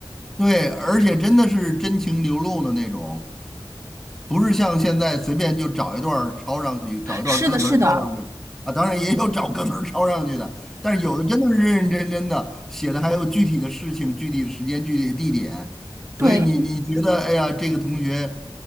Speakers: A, in the centre; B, on the right (about 35°).
A: 对，而且真的是真情流露的那种，不是像现在随便就找一段儿抄上去，找一段儿歌词儿抄上去啊，
B: 是的，是的，
A: 当然也有找歌词儿抄上去的，但是有的真的是认认真真的写的，还有具体的事情、具体的时间、具体的地点，所以你你觉得，
B: 对，
A: 哎呀，这个同学，